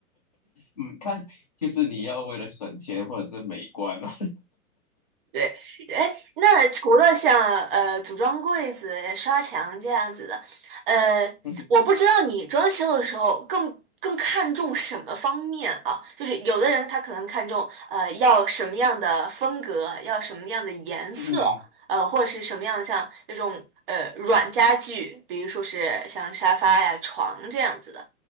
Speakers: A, on the left (about 30°); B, on the right (about 35°).
A: 嗯，看就是你要为了省钱或者是美观了。
B: 对，哎，那除了像呃组装柜子、刷墙这样子的，呃，
A: <laughs> 嗯
B: 我不知道你装修的时候更更看重什么方面啊？就是有的人他可能看重呃要什么样的风格，要什么样的颜色，
A: 嗯
B: 呃，或者是什么样的像那种呃软家具，比如说是像沙发呀、床这样子的。